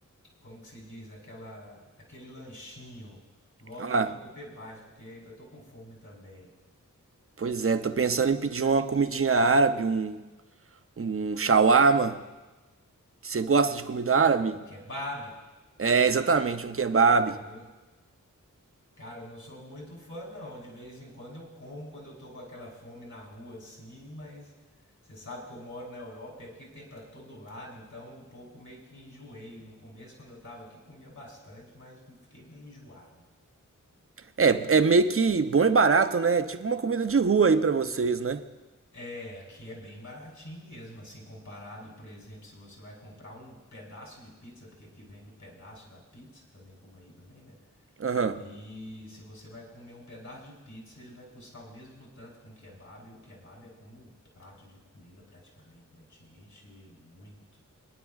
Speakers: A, on the left; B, on the right.
A: como que se diz, aquela, aquele lanchinho. Logo
B: Ah,
A: eu vou comer mais, porque ainda tô com fome também.
B: pois é, tô pensando em pedir uma comidinha árabe, um, um shawarma. Você gosta de comida árabe?
A: Um kebab.
B: É, exatamente, um kebab.
A: Cara, não, Cara, eu não sou muito fã, não. De vez em quando eu como quando eu tô com aquela fome na rua, assim, mas você sabe que eu moro na Europa e aqui tem pra todo lado, então um pouco meio que enjoei. No começo, quando eu tava aqui, comia bastante, mas fiquei bem enjoado.
B: É, é meio que bom e barato, né? Tipo uma comida de rua aí pra vocês, né?
A: É, aqui é bem baratinho mesmo, assim, comparado, por exemplo, se você vai comprar um pedaço de pizza, porque aqui vende o pedaço da pizza também, como aí também, né?
B: Aham.
A: E se você vai comer um pedaço de pizza, ele vai custar o mesmo tanto que um kebab. E um kebab é como um prato de comida praticamente, né? Te enche muito.